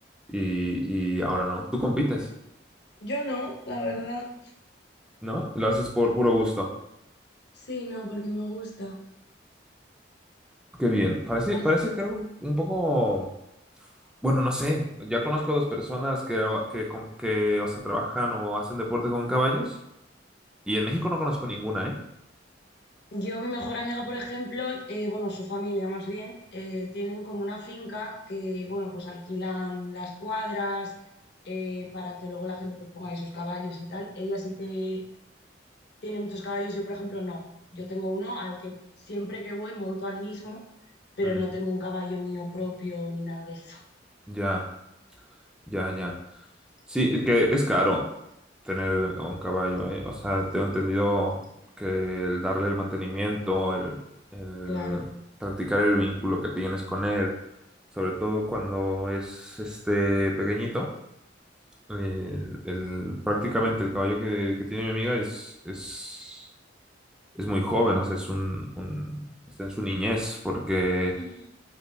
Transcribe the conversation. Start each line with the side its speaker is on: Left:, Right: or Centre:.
Centre: y, y ahora no. Tú compites,
Left: Yo no, la verdad.
Centre: ¿no? Lo haces por puro gusto.
Left: Sí, no, porque me gusta.
Centre: Qué bien. Parece,
Left: Así
Centre: parece
Left: que-
Centre: que algo un poco, bueno, no sé. Ya conozco a dos personas que, que, com- que, o sea, trabajan o hacen deporte con caballos. Y en México no conozco ninguna, ¿eh?
Left: Yo, mi mejor amiga, por ejemplo, eh, bueno, su familia más bien, eh, tienen como una finca que, bueno, pues alquilan las cuadras eh, para que luego la gente pues ponga ahí sus caballos y tal. Ella sí que tiene muchos caballos, yo por ejemplo no. Yo tengo uno al que siempre que voy monto al mismo, pero
Centre: Mm,
Left: no tengo un caballo mío propio ni nada de eso.
Centre: ya, ya, ya. Sí, es que es caro tener un caballo, ¿eh? O sea, tengo entendido que el darle el mantenimiento, el, el
Left: Claro.
Centre: practicar el vínculo que tienes con él, sobre todo cuando es este pequeñito eh, el, prácticamente el caballo que, que tiene mi amiga es, es, es muy joven, o sea, es un, un- está en su niñez, porque
Left: Mm,